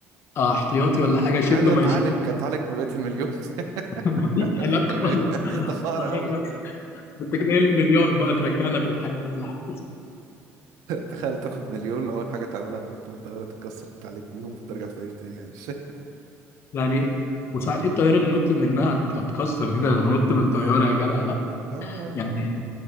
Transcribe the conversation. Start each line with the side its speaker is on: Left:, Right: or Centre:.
Left: اه احتياطي ولا حاجة شده
Right: عادي
Left: ما
Right: أتعالج
Left: يشدش
Right: أتعالج ببقية المليون <laughs>
Left: <laughs> مفيش
Right: أخد
Left: علاقة
Right: المليون
Left: خالص <laughs> لا،
Right: <laughs> ده فقر
Left: صحيح
Right: أوي
Left: لا انت كده قايل لي مليار بقى ترجعنا في الحياة ولا حاجة
Right: تخيل تاخد مليون اول حاجه تعملها تنط من الطياره تتكسر تعالج بيهم فترجع فقير تاني يعني <laughs> مش
Left: يعني وصحيح ايه الطيارة اللي نط منها هتتكسر دي ده انا نط من طيارة يا جدع لا
Right: اه يلا
Left: يعني